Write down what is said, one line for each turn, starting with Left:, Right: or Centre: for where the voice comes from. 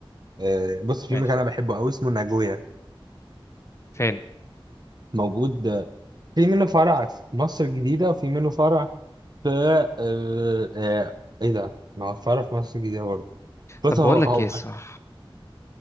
Right: آه بص في
Left: ماشي
Right: مكان انا بحبه قوي اسمه ناجويا
Left: فين
Right: موجود آه، في منه فرع في مصر الجديدة وفي منه فرع في آه آه ايه ده ما هو فرع في مصر الجديدة برضه بص
Left: طب
Right: هو
Left: بقول
Right: هو
Left: لك ايه صح